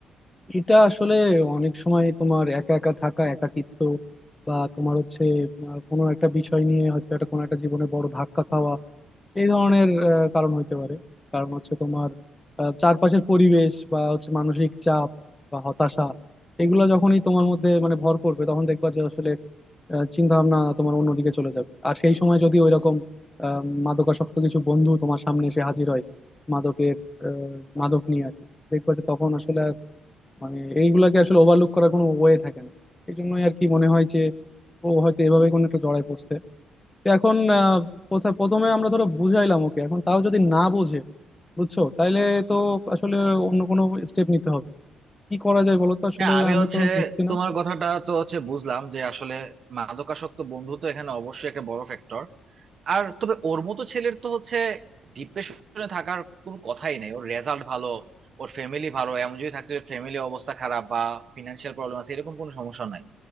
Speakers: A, on the left; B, on the right.
A: এটা আসলে অনেক সময় তোমার একা একা থাকা একাকিত্ব বা তোমার হচ্ছে আহ, কোনো একটা বিষয় নিয়ে হয়তো একটা কোনো একটা জীবনে বড় ধাক্কা খাওয়া এই ধরনের আহ, কারণ হইতে পারে কারণ হচ্ছে তোমার আহ, চারপাশের পরিবেশ বা হচ্ছে মানসিক চাপ বা হতাশা এগুলা যখনই তোমার মধ্যে মানে ভর করবে তখন দেখবা যে আসলে চিন্তা ভাবনা তোমার অন্যদিকে চলে যাবে আর সেই সময় যদি ওইরকম আহ, মাদকাসক্ত কিছু বন্ধু তোমার সামনে এসে হাজির হয় মাদকের আহ, মাদক নিয়ে আর কি দেখবা যে তখন আসলে আর মানে এইগুলাকে আসলে ওভারলুক করার কোনো ওয়ে থাকে না এই জন্যই আর কি মনে হয় যে ও হয়তো এভাবে কোনো একটা জড়ায় পড়ছে তো এখন আহ, প্রথা- প্রথমে আমরা ধরো বুঝাইলাম ওকে এখন তাও যদি না বোঝে বুঝছো তাইলে তো আসলে অন্য কোনো স্টেপ নিতে হবে কি করা যায় বলো তো আসলে
B: হ্যাঁ আমি
A: আমি
B: হচ্ছে
A: তো বুঝছি না
B: তোমার কথাটা তো হচ্ছে বুঝলাম যে আসলে মাদকাসক্ত বন্ধু তো এখানে অবশ্যই একটা বড় ফ্যাক্টর আর তবে ওর মতো ছেলের তো হচ্ছে ডিপ্রেশনে থাকার কোনো কথাই নেই ওর রেজাল্ট ভালো ওর ফ্যামিলি ভালো এমন যদি থাকতে ফ্যামিলি অবস্থা খারাপ বা ফিনান্সিয়াল প্রবলেম আছে এরকম কোনো সমস্যা নাই